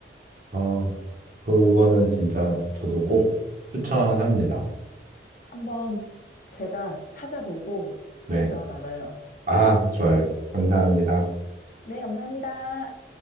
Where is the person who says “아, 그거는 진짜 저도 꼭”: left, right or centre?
Right